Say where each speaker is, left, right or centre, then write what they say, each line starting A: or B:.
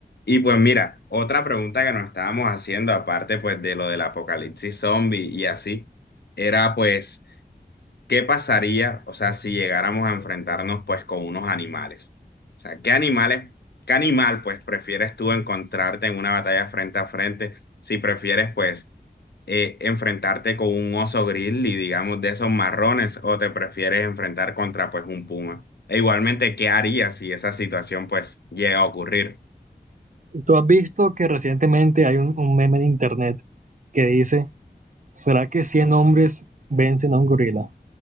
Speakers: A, on the left; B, on the right.
A: Y pues mira, otra pregunta que nos estábamos haciendo, aparte pues de lo del apocalipsis zombie y así, era pues... ¿qué pasaría, o sea, si llegáramos a enfrentarnos pues con unos animales? O sea, ¿qué animales, qué animal pues prefieres tú encontrarte en una batalla frente a frente si prefieres pues eh, enfrentarte con un oso grizzly, digamos, de esos marrones o te prefieres enfrentar contra pues un puma? E igualmente, ¿qué harías si esa situación pues llega a ocurrir?
B: Tú has visto que recientemente hay un, un meme en internet que dice, ¿será que 100 hombres vencen a un gorila?